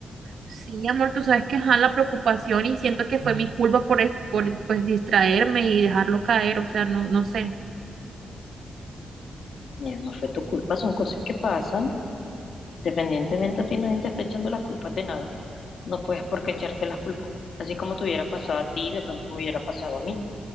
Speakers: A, on the right (about 75°); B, on the left (about 60°).
A: Sí, amor, tú sabes que ajá, la preocupación y siento que fue mi culpa por, es- por pues distraerme y dejarlo caer, o sea, no, no sé.
B: Mira, no fue tu culpa, son cosas que pasan. dependientemente a ti, nadie te está echando las culpas de nada. No puedes por qué echarte las culpas. Así como te hubiera pasado a ti, de pronto me hubiera pasado a mí.